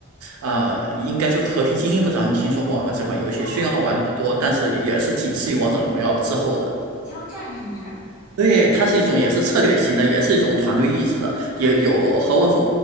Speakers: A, on the right (about 80°); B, in the centre.
A: 呃，应该就是《和平精英》，不知道你听说过吗？这款游戏虽然玩的不多，
B: 哦，我好，
A: 但是也是仅次于《王者荣耀》之后的。
B: 枪战是不是？嗯
A: 对，它是一种也是策略型的，也是一种团队意识的，也有和王者